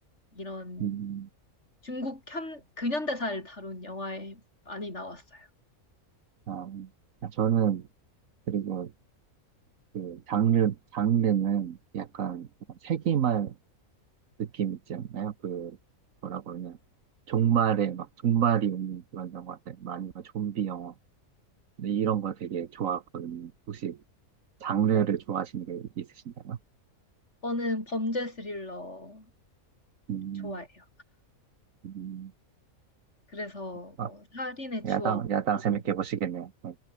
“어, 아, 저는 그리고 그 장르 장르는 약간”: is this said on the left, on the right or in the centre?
Right